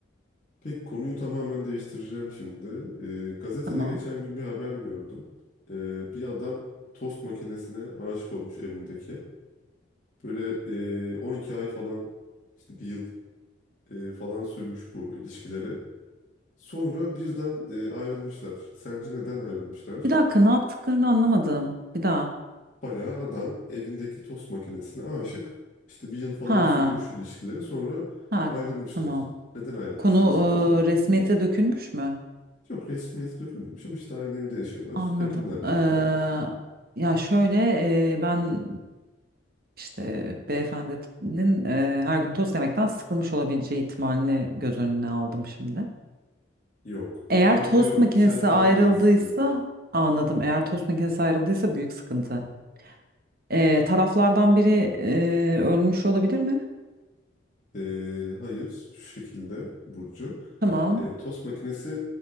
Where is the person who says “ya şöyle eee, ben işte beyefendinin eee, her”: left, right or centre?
Right